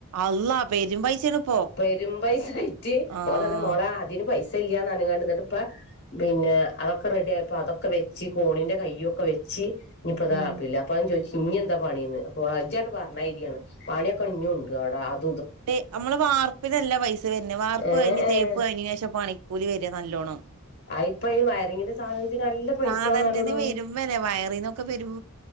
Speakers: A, on the right; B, on the left.
A: അള്ളാ പെരും പൈസേണിപ്പോ
B: പെരുമ്പയ്സായിറ്റ്
A: ആഹ്
B: ഓളറിയ മോളേ.. പൈസല്ല്യാന്നറിഞ്ക്കാണ്ട്ന്ന്ട്ട്പ്പോ പിന്നെ.. അതൊക്കെ റെഡ്യായപ്പോ അതൊക്കെവെച്ച് കോണിന്റെ കയ്യൊക്കെ വെച്ച് ഇനിപ്പതാഭില്ല
A: ഉം
B: <unintelligible> അൊ ചോദി ഇഞ്ഞെന്താ... പണീന്ന് അപ്പൊളജ്യണ്ട് പറഞ്ഞാര്യാണ് പണ്യോക്കെ ഇഞ്ഞൂണ്ട് അവ്ടാ.. അ..
A: ഏ.. അമ്മള് വാർപ്പിനല്ല പൈസ <unintelligible> വാർപ്കയിഞ്
B: ഏഹ്
A: തേപ്പ്
B: ഏഹ്
A: കയിഞേനേഷംപണിക്കൂലി വരാ... നല്ലോണം..
B: അയ്പ്പയി.. വയറിങ്ങിന്റെ സാധനത്തിനല്ല പൈസാണേടോ..
A: സാധനത്തിന് വരും വരെ വയറിന്നൊക്കെ പെരും